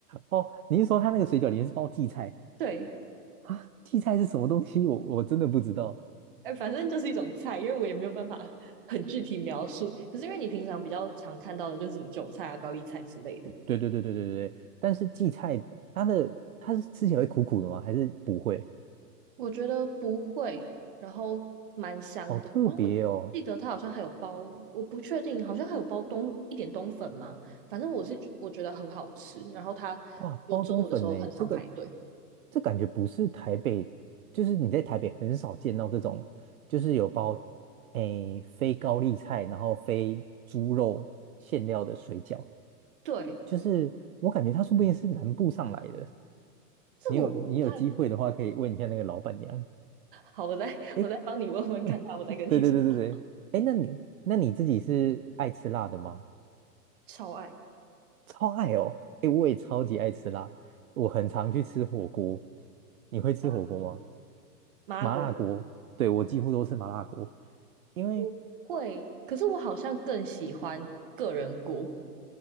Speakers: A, on the right (about 60°); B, on the right (about 35°).
A: 哦，你是说它那个水饺里面是包荠菜
B: <laughs> 对，
A: 啊？荠菜是什么东西？我我真的不知道。
B: 哎，反正就是一种菜，因为我也没有办法很具体描述。可是因为你平常比较常看到的就是什么韭菜啊、高丽菜之类的，
A: 对对对对对对对，但是荠菜它的它是吃起来会苦苦的吗？还是不会？
B: 我觉得不会，然后蛮香的。
A: 好特别哦。
B: 然后我记得它好像还有包，我不确定，好像还有包冬一点冬粉吗？反正我是我觉得很好吃，然后它
A: 哇，
B: 就中午的时候很常排队。
A: 包冬粉呢？这个这感觉不是台北，就是你在台北很少见到这种，就是有包诶非高丽菜，然后非猪肉馅料的水饺，
B: 对，
A: 就是我感觉它说不定是南部上来的。
B: 这个我不太
A: 你有你有机会的话，可以问一下那个老板娘。
B: 好，我再我再帮你问问看他，
A: 诶，<laughs>
B: 我再跟你说。
A: 对对对对对，
B: <laughs>
A: 诶，那你那你自己是爱吃辣的吗？
B: 超爱
A: 超爱哦，诶，我也超级爱吃辣，我很常去吃火锅。你会吃火锅吗？
B: 麻辣锅吗？麻辣锅吗？
A: 麻辣锅，对，我几乎都吃麻辣锅，因为
B: 我会，可是我好像更喜欢个人锅。